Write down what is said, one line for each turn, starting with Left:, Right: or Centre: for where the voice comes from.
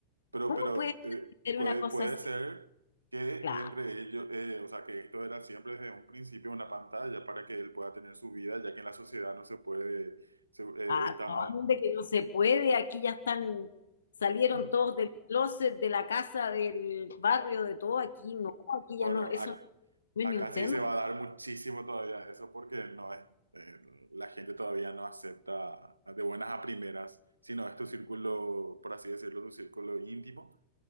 Right: pero,
Left: ¿cómo
Right: pero
Left: puedes
Right: eh,
Left: hacer
Right: puede,
Left: una cosa
Right: puede
Left: así?
Right: ser que
Left: Claro,
Right: entre ellos, eh, o sea, que esto era siempre desde un principio una pantalla para que él pueda tener su vida, ya que en la sociedad no se puede, se- eh,
Left: ¿a
Right: está mal.
Left: dónde que no se puede? Aquí ya están, salieron
Right: mm,
Left: todos del closet, de la casa, del barrio, de todo, aquí no, aquí
Right: Bueno,
Left: ya no, eso
Right: ac-
Left: no
Right: acá
Left: es ni un
Right: sí
Left: tema.
Right: se va a dar muchísimo todavía eso porque no es, eh, la gente todavía no acepta de buenas a primeras, sino no es tu círculo, por así decirlo, tu círculo íntimo.